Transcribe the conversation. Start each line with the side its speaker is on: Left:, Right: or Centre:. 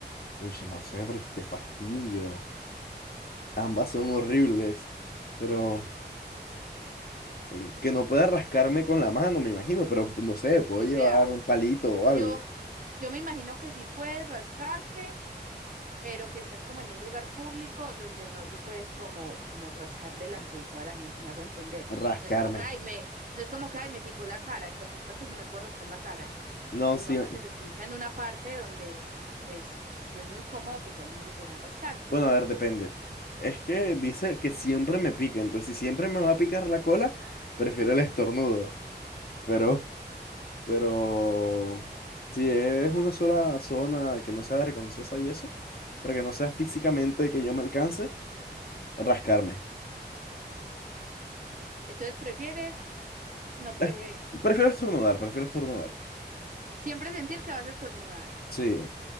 Left: uy, no sé, porque qué fastidio. Ambas son horribles, pero... eh, que no pueda rascarme con la mano, me imagino, pero no sé, puedo
Right: O
Left: llevar
Right: sea,
Left: un palito o algo.
Right: yo, yo me imagino que sí puedes rascarte, pero que estás como en un lugar público donde no te puedes como, como rascar delante de toda la gente, me hago entender.
Left: Rascarme.
Right: No es como que, ay, me, no es como que, ay, me picó la cara, en cualquier parte yo me puedo rascar la cara.
Left: No,
Right: Supongamos
Left: sí. me-
Right: que te pica en una parte donde, pues, no es muy cómodo que todo el mundo te vea rascarte.
Left: Bueno, a ver, depende. Es que dice que siempre me pica, entonces si siempre me va a picar la cola, prefiero el estornudo. Pero, <laughs> pero, si es una sola zona que no sea vergonzosa y eso, pero que no sea físicamente que yo me alcance, rascarme.
Right: Entonces, prefieres no, pu-
Left: Es-
Right: eh,
Left: Prefiero estornudar, prefiero estornudar.
Right: Siempre sentir que vas a estornudar.
Left: Sí.